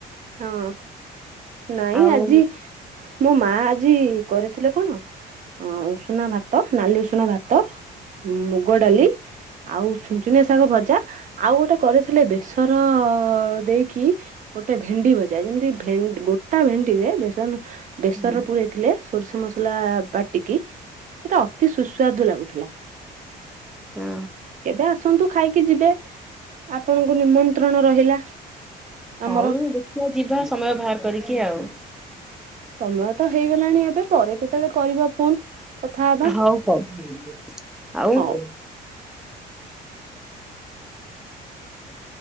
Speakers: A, on the right; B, in the centre.
A: ହଁ ନାଇଁ
B: ଆଉ
A: ଆଜି ମୋ ମା ଆଜି କରିଥିଲେ କଣ? ଅ ଉଷୁନା ଭାତ ନାଲି ଉଷୁନା ଭାତ ମୁଗ
B: ହୁଁ
A: ଡାଲି। ଆଉ ଛୁଚୁନିଆ ଶାଗ ଭଜା ଆଉ ଗୋଟେ କରିଥିଲେ ବେସର ଦେଇକି। ଗୋଟେ ଭେଣ୍ଡି ଭଜା ଯେମିତି ଭେନ୍ ଗୋଟା ଭେଣ୍ଡି ରେ ବେସନ ବେସର
B: ହୁଁ
A: ପୁରେଇ ଥିଲେ। ସୋରିଷ ମସଲା ବାଟିକି ସେଟା ଅତି ସୁସ୍ୱାଦୁ ଲାଗୁଥିଲା।
B: ହଁ।
A: କେବେ ଆସନ୍ତୁ ଖାଇକି ଯିବେ ଆପଣଙ୍କୁ ନିମନ୍ତ୍ରଣ ରହିଲା। ଆମର
B: ହଉ ଦେଖିବା ଯିବା ସମୟ ବାହାର କରିକି ଆଉ।
A: ସମୟ ତ ହେଇଗଲାଣି ଏବେ ପରେ କେତେବେଳେ କରିବା ଫୋନ। କଥା ହବା
B: ହଉ କହିବି ଆଉ?
A: ହଉ
B: <inaudible>